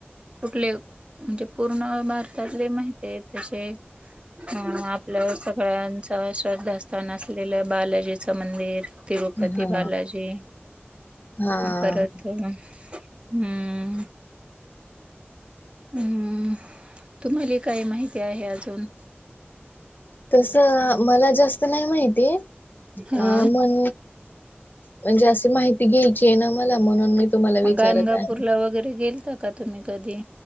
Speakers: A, on the right; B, on the left.
A: कुठले म्हणजे पूर्ण भारतातले माहित आहे. तसे अं आपलं सगळ्यांच श्रद्धास्थान असलेलं बालाजीचं मंदिर. तिरुपती
B: हा
A: बालाजी
B: हा.
A: परत, हम्म. हम्म तुम्हाला काय माहिती आहे अजून?
B: तसं मला जास्त नाही माहिती,
A: हा
B: अ मण म्हणजे अशी माहिती घ्यायची आहे ना मला म्हणून मी तुम्हाला विचारत
A: गणगापूरला
B: आहे.
A: वगैरे गेलता का तुम्ही कधी?